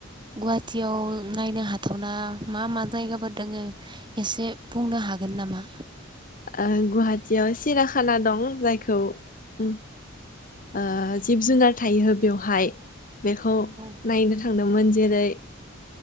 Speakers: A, on the right (about 25°); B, on the left (about 45°).
A: गुवाहाटियाव नायनो हाथावना मा मा जायगाफोर दोङो एसे बुंनो हागोन नामा
B: ओ गुवाहाटियाव सिराखाना दं जायखौ औ ओम ओ जिब जुनार थायहो बेवहाय बेखौ
A: औ
B: नायनो थांदोंमोन जेरै